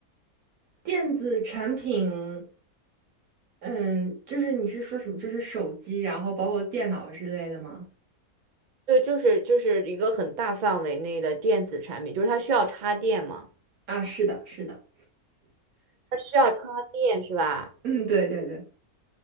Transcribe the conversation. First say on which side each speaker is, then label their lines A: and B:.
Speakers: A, on the right; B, on the right.
A: 电子产品，嗯，就是你是说什么？就是手机，然后包括电脑之类的吗？
B: 对，就是就是一个很大范围内的电子产品，就是它需要插电吗？
A: 啊，是的，是的，
B: 它需要插电是吧？
A: 嗯，对对对，